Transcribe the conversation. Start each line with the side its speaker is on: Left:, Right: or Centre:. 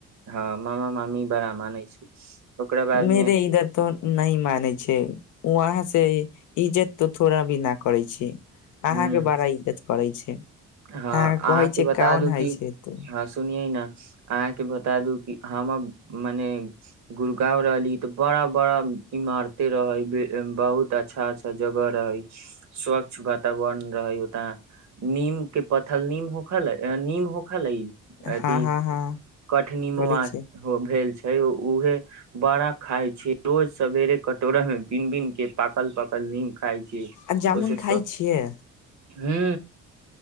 Right: हँ मामा मामी बड़ा मने छै ओकरा बाद
Left: मेेर
Right: मे
Left: इधर त नहि मानै छै वहाँ से इज्जत तो थोड़ा भी न करै छै
Right: ह
Left: अहाँके बड़ा इज्जत करै छै
Right: हँ
Left: अहाँ
Right: अहाँके
Left: के कहै छै
Right: बता
Left: काउन
Right: दू
Left: हइ
Right: की
Left: छै त
Right: हँ सुनिये ने अहाँके बता दू कि हम मने गुरगाँंव रहली तऽ बड़ा बड़ा इमारते रहै बहुत अच्छा अच्छा जगह रहै स्वच्छ वातावरण रहै ओतअ नीम के पथल नीम होखलै नीम हो ख लैय अथि
Left: हँ हँ हँ
Right: कठनी
Left: बोलै
Right: मोमा
Left: छै
Right: हो भेल छै ओ उहे बड़ा खााय छै रोज सवेरे कटोरा मे बीन बीन के पाकल पाकल नीम खाइ छी
Left: आ जामुन
Right: ओ सेे
Left: खाइ
Right: स
Left: छियै
Right: हू